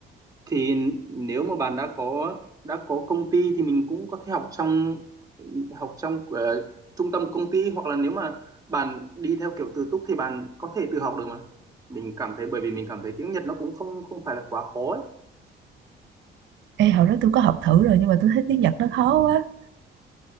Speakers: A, on the right (about 20°); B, on the right (about 75°).
A: thì nếu mà bạn đã có đã có công ty thì mình cũng có thể học trong học trong ờ, trung tâm công ty hoặc là nếu mà bạn đi theo kiểu tự túc thì bạn có thể tự học được mà mình cảm thấy bởi vì mình cảm thấy tiếng Nhật nó cũng không không phải là quá khó ấy.
B: Ê hồi đó tôi có học thử rồi nhưng mà tôi thấy tiếng Nhật nó khó quá.